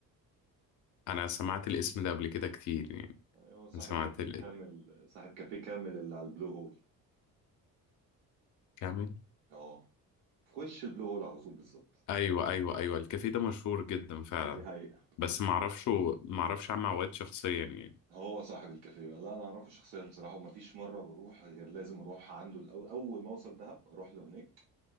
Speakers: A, on the left; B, on the right.
A: انا سمعت الاسم ده قبل كده كتير يعني
B: ايوه صاحب
A: أنا سمعت
B: كافيه كامل صاحب كافيه كامل اللي على البلو هول
A: كامل
B: اه في وش البلو هول على طول بالظبط
A: ايوه ايوه ايوه الكافيه ده مشهور جدا فعلا
B: دي حقيقة
A: بس معرفش معرفش عم عواد شخصيا يعني
B: هو صاحب الكافيه بقى. لا انا اعرفه شخصيا بصراحة ومفيش مرة بروح غير لازم اروح عنده الاول اول ما اوصل دهب اروح له هناك